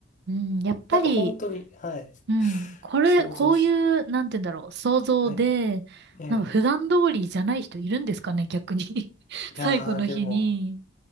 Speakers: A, on the right; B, on the left.
A: うん。うん、やっぱり、
B: なんか本当に、はい。
A: うん。これ、
B: 想像し
A: こういう、なんて言うんだろう、想像で、
B: はい。ええ。
A: なんか普段通りじゃない人いるんですかね、逆に。<laughs>
B: いやー、
A: 最後の日に。
B: でも、